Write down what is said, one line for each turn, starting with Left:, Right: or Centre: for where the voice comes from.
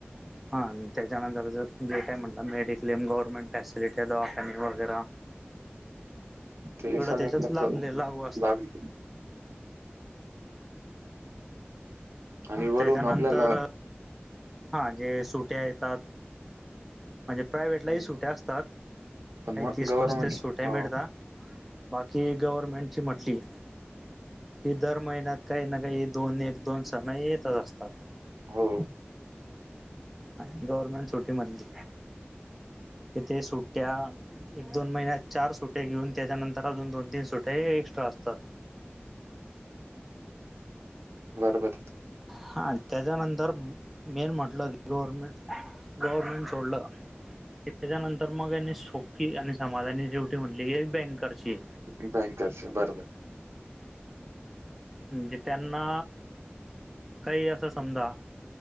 Centre: हा त्याच्या नंतर जर का म्हटला मेडिक्लेम गवर्मेट फॅसिलिटी दवाखांनी वगैरा
Right: ते सगळ
Centre: त्याच्यात
Right: करतो.
Centre: लागले
Right: <unintelligible>
Centre: लागू असतं
Right: आणि वरून
Centre: त्याच्यानंतर
Right: आपल्याला
Centre: हा जे सुट्या येतात म्हणजे प्रायेव्हटलाही
Right: हं,
Centre: सुट्या असतात.
Right: पण
Centre: काही
Right: मग
Centre: तीस,
Right: गव्हर्नमेंट
Centre: पस्तीस सुट्या
Right: हो,
Centre: मिळता. बाकी गव्हर्मेंटची म्हटली कि दर महिन्यात काही ना काही दोन एक दोन सण येतच असतात.
Right: हो.
Centre: गव्हर्नमेंट सुटी म्हंटली तेथे सुट्ट्या एक दोन महिन्यात चार सुट्ट्या घेऊन त्याच्यानंतर अजून दोन तीन सुट्या या एक्स्ट्रा असतात.
Right: बरोबर.
Centre: हा त्याज्यानंतर मेन म्हटलं गव्हर्नमेंट गवर्मेंट सोडलं त्याच्यानंतर मग, यांनी सोपी आणि समाधाने ठेवते म्हटली की ये बैंकरची.
Right: आत अँकरशी बरोबर.
Centre: म्हणजे त्यांना काही असं समजा